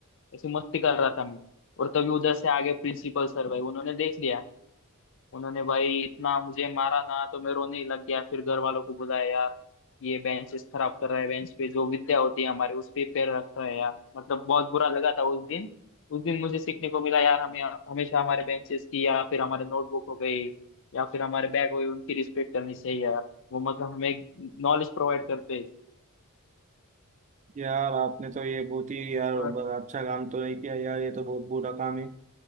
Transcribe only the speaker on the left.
ऐसे मस्ती कर रहा था मैं और तभी उधर से आगे प्रिंसिपल सर भाई उन्होंने देख लिया उन्होंने भाई इतना मुझे मारा ना तो मैं रोने ही लग गया फिर घर वालों को बुलाया यार ये बेंचेस खराब कर रहा है बेंच पे जो विद्या होती है हमारे उस पे पैर रख रहा है यार मतलब बहुत बुरा लगा था उस दिन उस दिन मुझे सीखने को मिला यार हमें हमेशा हमारे बेंचेस की या फिर हमारे नोटबुक हो गई या फिर हमारे बैग हो गई उनकी रिस्पेक्ट करनी चाहिए यार वो मतलब हमें नॉलेज प्रोवाइड करते हैं
और